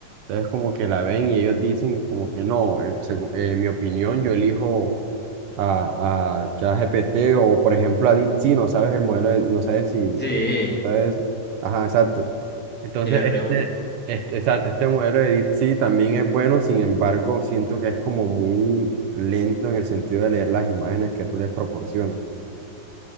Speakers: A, on the right; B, in the centre.
A: Entonces como que la ven y ellos dicen como que no, eh, segu- en mi opinión yo elijo a, a ChatGPT o por ejemplo a DeepSeek, no sabes el modelo, de- no sabes si,
B: Sí,
A: no sabes, ajá, exacto. Entonces,
B: el r
A: este,
B: uno
A: este, exacto, este modelo de DeepSeek también es bueno, sin embargo, siento que es como muy lento en el sentido de leer las imágenes que tú les proporcionas.